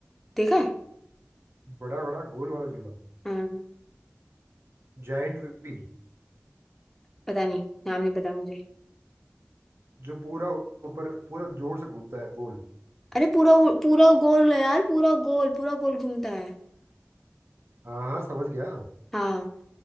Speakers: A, in the centre; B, on the right.
A: देखा है
B: बड़ा बड़ा गोल वाला झूला
A: हाँ,
B: जाइंट व्हील
A: पता नहीं नाम नहीं पता मुझे
B: जो पूरा ऊपर पूरा जोर से घूमता है गोल
A: अरे पूरा वो- पूरा गोल है यार पूरा गोल पूरा गोल घूमता है
B: हाँ हाँ समझ गया
A: हाँ